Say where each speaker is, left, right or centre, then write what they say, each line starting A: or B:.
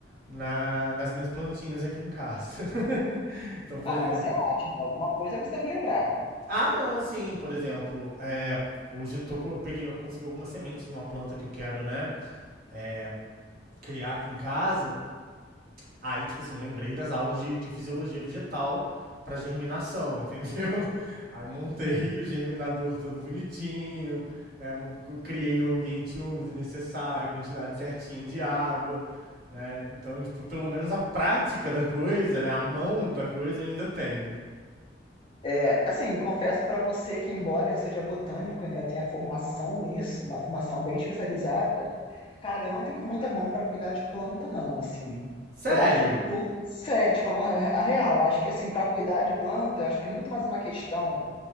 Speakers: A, on the right (about 55°); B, on the left (about 30°).
A: na- nas minhas plantinhas aqui em casa. <laughs> Então, por
B: Ah,
A: exemplo.
B: mas isso é ótimo, alguma coisa você deve lembrar.
A: Ah, não, sim, por exemplo, é, hoje eu, tô, co- eu peguei, eu consegui algumas sementes de uma planta que eu quero, né? é, criar aqui em casa. Aí, tipo assim, lembrei das aulas de, de fisiologia vegetal pra germinação, entendeu? <laughs> Aí montei
B: Uhum.
A: o germinador todo bonitinho, né? Cu- Criei o ambiente úmido necessário, a quantidade certinha de água, né? Então, tipo, pelo menos a prática da coisa, né? A mão da coisa eu ainda tenho.
B: É, assim, confesso para você que, embora eu seja botânico, né, tenha formação nisso, uma formação bem especializada, cara, eu não tenho muita mão para cuidar de planta, não, assim.
A: Sério?
B: Eu acho que, planta- sério, de forma a real, acho que, assim, para cuidar de planta, eu acho que é muito mais uma questão